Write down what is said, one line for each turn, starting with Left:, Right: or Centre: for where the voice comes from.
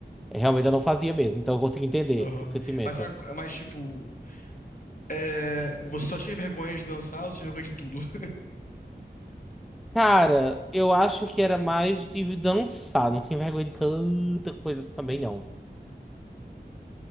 Centre: Realmente eu não fazia mesmo, então eu consigo entender
Left: Aham.
Centre: o sentimento.
Left: Mas, ag- mas, tipo. é, Você só tinha vergonha de dançar ou você tinha vergonha de tudo? <laughs>
Centre: Cara, eu acho que era mais de dançar, não tinha vergonha de tanta coisa assim também, não.